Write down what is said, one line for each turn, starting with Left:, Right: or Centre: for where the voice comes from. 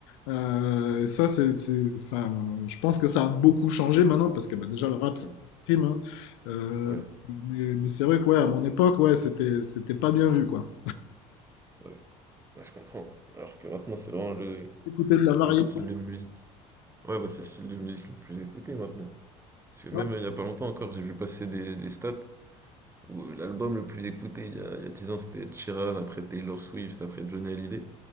Left: Euh, et ça, c'est, c'est- enfin, je pense que ça a beaucoup changé maintenant parce que bah, déjà le rap,
Right: mhm,
Left: c'est mainstream, hein. Euh,
Right: ouais,
Left: mais, mais c'est vrai que ouais, à mon époque, ouais, c'était, c'était pas bien vu, quoi.
Right: ouais, ouais, je comprends. Alors que maintenant c'est vraiment le,
Left: Écouter de la variété.
Right: le style de musique. Ouais, bah c'est le style de musique le plus écouté maintenant. Parce que même
Left: Ouais,
Right: euh, il y a pas longtemps encore, j'ai vu passer des, des stats où euh, l'album le plus écouté il y a, il y a 10 ans c'était Chiran, après Taylor Swift, après Johnny Hallyday.